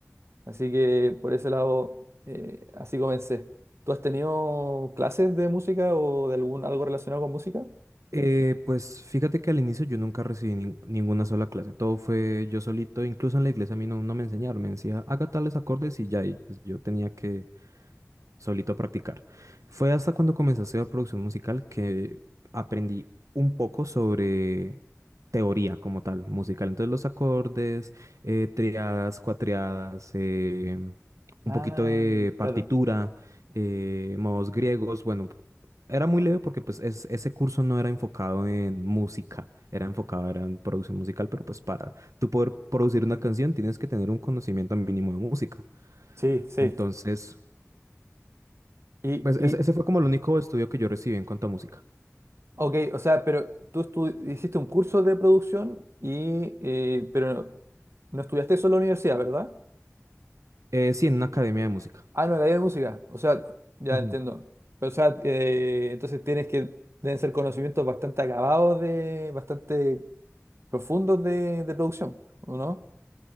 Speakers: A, on the right; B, on the right.
A: Así que por ese lado, eh, así comencé. ¿Tú has tenido clases de música o de algún algo relacionado con música?
B: Eh, pues fíjate que al inicio yo nunca recibí nin- ninguna sola clase, todo fue yo solito, incluso en la iglesia a mí no, no me enseñaron, me decía haga tales acordes y ya, y pues yo tenía que solito a practicar. Fue hasta cuando comencé a hacer producción musical que aprendí un poco sobre teoría como tal, musical. Entonces los acordes, eh, triadas, cuatriadas, eh, un
A: Ah,
B: poquito de partitura,
A: claro.
B: eh, modos griegos, bueno. Era muy leve porque pues es- ese curso no era enfocado en música, era enfocado era en producción musical, pero pues para tú poder producir una canción tienes que tener un conocimiento mínimo de música.
A: Sí, sí.
B: Entonces,
A: ¿Y,
B: pues
A: y,
B: ese, ese fue como el único estudio que yo recibí en cuanto a música.
A: Ok, o sea, pero tú estu- hiciste un curso de producción y eh, pero no estudiaste solo en la universidad, ¿verdad?
B: Eh, sí, en una academia de música.
A: Ah, no, en la de música. O sea, ya
B: Ujú.
A: entiendo. Pero, o sea, eh, entonces tienes que deben ser conocimientos bastante acabados de, bastante profundos de, de producción, ¿o no?